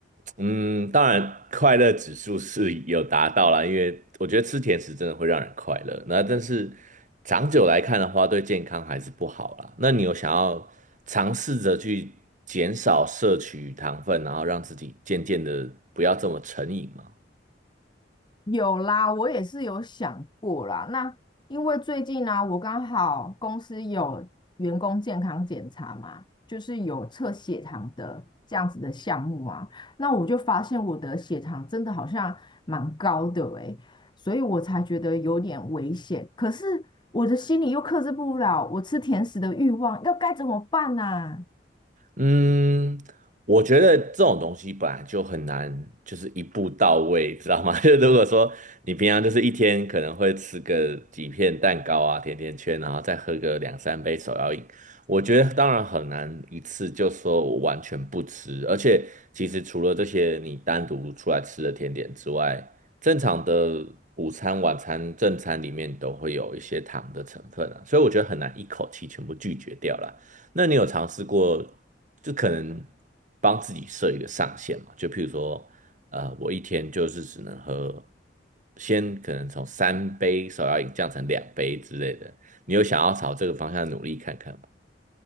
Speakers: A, on the right; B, on the left.
A: 嗯，当然快乐指数是有达到啦，因为我觉得吃甜食真的会让人快乐。那但是长久来看的话，对健康还是不好啦。那你有想要尝试着去减少摄取糖分，然后让自己渐渐的不要这么成瘾吗？
B: 有啦，我也是有想过啦。那因为最近呢、我刚好公司有员工健康检查嘛，就是有测血糖的这样子的项目啊。那我就发现我的血糖真的好像蛮高的诶，所以我才觉得有点危险。可是我的心里又克制不了我吃甜食的欲望，要该怎么办呢、
A: 嗯，我觉得这种东西本来就很难，就是一步到位，知道吗？<laughs> 就如果说你平常就是一天可能会吃个几片蛋糕啊、甜甜圈，然后再喝个两三杯手摇饮，我觉得当然很难一次就说我完全不吃。而且其实除了这些你单独出来吃的甜点之外，正常的午餐、晚餐、正餐里面都会有一些糖的成分啊，所以我觉得很难一口气全部拒绝掉啦。那你有尝试过，就可能帮自己设一个上限嘛？就譬如说，呃，我一天就是只能喝，先可能从三杯手要饮降成两杯之类的。你有想要朝这个方向努力看看吗？